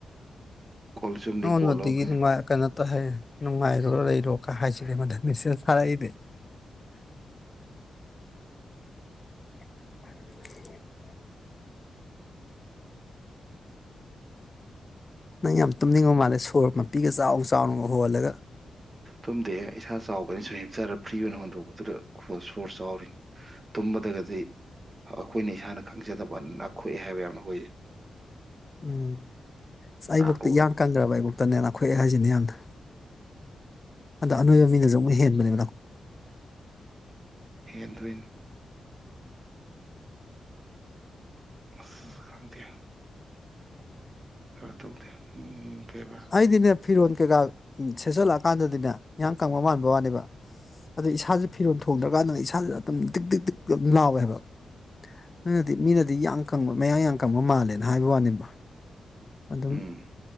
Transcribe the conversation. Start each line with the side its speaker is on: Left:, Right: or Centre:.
Right: ꯀꯜꯁꯗꯤ
Left: ꯅꯉꯣꯟꯗꯒꯤ
Right: ꯀꯣꯋꯥ ꯂꯀꯦ
Left: ꯅꯨꯡꯉꯥꯏ ꯀꯩꯅꯣ ꯍꯥꯏ ꯅꯨꯡꯉꯥꯏꯔꯣ ꯂꯩꯔꯣꯒ ꯍꯥꯏꯁꯤꯔꯦ ꯃꯗꯁꯦ ꯁꯥꯔꯛꯏꯅꯦ <unintelligible> ꯅꯪ ꯌꯥꯝ ꯇꯨꯝꯅꯤꯡꯕ ꯃꯥꯜꯂꯦ ꯁꯣꯔ ꯃꯄꯤꯒ ꯆꯥꯎꯅ ꯆꯥꯎꯅꯒ ꯍꯣꯜꯂꯒ
Right: ꯇꯨꯝꯗꯦ ꯏꯁꯥ ꯆꯥꯎꯕꯅꯤ ꯁꯨꯝ ꯍꯤꯞꯆꯔ ꯐ꯭ꯔꯤ ꯑꯣꯏꯅ ꯍꯣꯟꯗꯣꯔꯛꯄꯗꯨꯗ ꯁꯣꯔ ꯆꯥꯎꯔꯤꯅꯤ ꯇꯨꯝꯕꯗꯒꯁꯤ ꯑꯩꯈꯣꯏꯅ ꯏꯁꯥꯅ ꯈꯪꯖꯗꯕ ꯅꯥꯈꯣꯛꯑꯦ ꯍꯥꯏꯕ ꯌꯥꯝꯅ ꯑꯈꫭꯏ
Left: ꯎꯝ ꯑꯁ ꯑꯩꯕꫭꯛꯇ
Right: ꯒ꯭ꯔꯣꯛꯒ
Left: ꯏꯌꯥꯡ ꯀꯪꯈ꯭ꯔꯕ ꯑꯩꯕꫭꯛꯇꯅꯦ ꯅꯈꫭꯛꯑꯦ ꯍꯥꯏꯁꯤꯅꯦ ꯌꯥꯝꯅ ꯑꯗꯣ ꯑꯅꯣꯏꯕ ꯃꯤꯅꯁꯨ ꯑꯃꯨꯛ ꯍꯦꯟꯕꯅꯦ
Right: ꯍꯦꯟ ꯗꫭꯏꯅꯤ ꯑ ꯈꯪꯗꯦ ꯈꯔ ꯇꯧꯗꯦ ꯎꯝ ꯀꯩꯕ
Left: ꯑꯩꯗꯤꯅꯦ ꯐꯤꯔꫭꯜ ꯀꯩꯀ ꯎꯝ ꯁꯦꯠꯆꯜꯂꯛꯑꯀꯥꯟꯗꯗꯤꯅꯦ ꯏꯌꯥꯡ ꯀꯪꯕ ꯃꯥꯟꯕ ꯋꯥꯅꯦꯕ ꯑꯗ ꯏꯁꯥꯥꯁꯦ ꯐꯤꯔꯣꯜ ꯊꯣꯡꯗ ꯑꯗꯨꯀꯥꯟꯗꯪ ꯏꯁꯥꯅ ꯑꯗꯨꯝ ꯇꯤꯛ ꯇꯤꯛ ꯇꯤꯛ ꯑꯗꯨꯝ ꯂꯥꯎꯋꯦꯕ ꯅꯪꯅꯗꯤ ꯃꯤꯅꯗꯤ ꯌꯥꯝ ꯀꯪꯕ ꯃꯌꯥ ꯌꯥꯝ ꯀꯪꯕ ꯃꯥꯜꯂꯦꯅ ꯍꯥꯏꯕ ꯋꯥꯅꯦꯕ ꯑꯗꯨꯝ
Right: ꯎꯝ